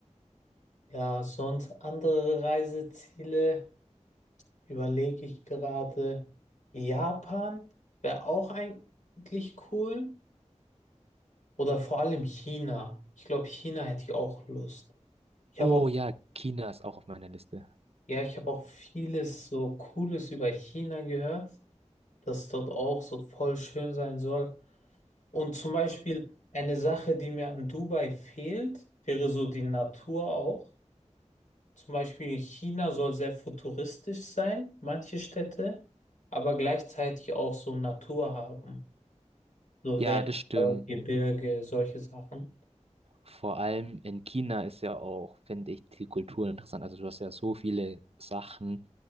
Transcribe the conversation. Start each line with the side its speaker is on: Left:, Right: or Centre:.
Left: Ja, sonst andere Reiseziele überlege ich gerade. Japan wäre auch eigentlich cool. Oder vor allem China. Ich glaube, China hätte ich auch Lust. Ich
Right: Oh
Left: habe auch,
Right: ja, China ist auch auf meiner Liste.
Left: ja, ich habe auch vieles so Cooles über China gehört, dass dort auch so voll schön sein soll. Und zum Beispiel eine Sache, die mir an Dubai fehlt, wäre so die Natur auch. Zum Beispiel China soll sehr futuristisch sein, manche Städte, aber gleichzeitig auch so Natur haben. So
Right: Ja,
Left: Wälder,
Right: das stimmt.
Left: Gebirge, solche Sachen.
Right: Vor allem in China ist ja auch, finde ich, die Kultur interessant. Also du hast ja so viele Sachen,